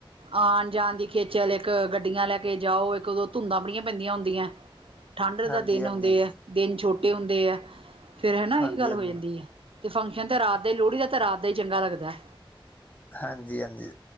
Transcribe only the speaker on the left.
ਹਾਂਜੀ,
ਹਾਂਜੀ,
ਹਾਂਜੀ,
ਹਾਂ
ਹਾਂਜੀ ਹਾਂਜੀ